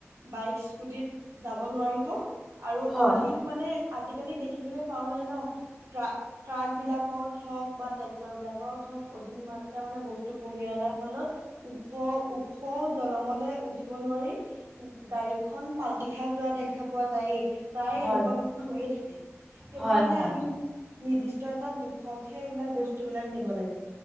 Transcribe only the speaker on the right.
বাইকছ স্কুটিত যাব নোৱাৰিব আৰু
অধিক মানে আজি আজিকালি দেখিবলৈ পাওৱে ন ট্ৰাক ট্ৰাক বিলাকত হওঁক বা ট্ৰেক্টৰ বিলাকত ধক অধিক মাত্ৰা মানে বস্তু কঢ়িয়াই অনাৰ ফলত ওখ ওখ। দলঙলৈ উঠিব নোৱাৰি উ গাড়ীখন পাল্টি খাই যোৱা দেখা পোৱা যায়ে। প্ৰায়ে
এনেকুৱা ঘটনা হৈয়ে থাকে, সেইবিলাক
মানে
আমি নিৰ্দিষ্ট এটা জোখত হে সেইবিলাক বস্তু বিলাক নিব লাগে,